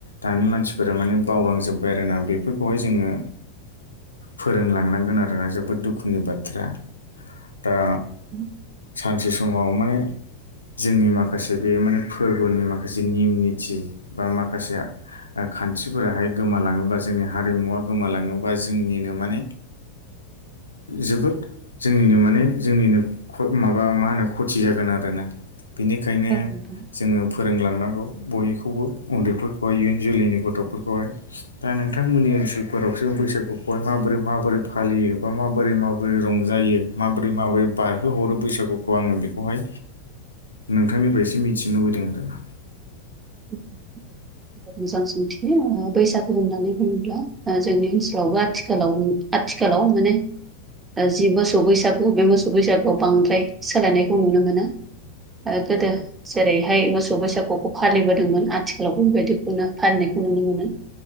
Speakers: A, on the left (about 75°); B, on the right (about 15°).
A: दानि मानसिफोरा माने बावलांजोब्बाय आरोोना बेफोरखौहाय जोङो फोरोंलांनांगोन आरोना जोबोद दुखुनि बाथ्रा दा
B: उ
A: सानसे समाव माने जोंनि माखासे बे माने फोरबोनि माखासे निम निथि बा माखासे खान्थिफोराहाय गोमालाङोबा जोंनि हारिमुवा गोमालाङोबा जोंनिनो माने जोबोद जोंनिनो माने जोंनिनो माबा मा होनो खथि जागोन आरोोना बेनिखायनो
B: औ नोंथां
A: जोङो फोरोंलांनांगौ बयखौबो उन्दैफोरखौहाय इयुन जोलैनि गथ'फोरखौहाय दा नोंथांमोननि ओनसोलफोरावसो बैसागुखौहाय माबोरै माबोरै फालियो बा माबोरै माबोरै रंजायो माबोरै माबोरै बारहोहरो बैसागुखौ आङो बेखौहाय नोंथांनिफ्रायसे मिथिनो लुबैदों आरोना
B: <inaudible> मोजां सोंथियो बैसागु होननानै बुङोब्ला जोंनि ओनसोलावबो आथिखालाव आथिखालाव माने जि मोसौ बैसागु बे मोसौ बैसागुआव बांद्राय सोलायनायखौ नुनो मोनो गोदो जेरैहाय मोसौ बैसागुखौ फालिबोदोंमोन आथिखालाव बेबायदिखौना फाननायखौ नुनो मोनो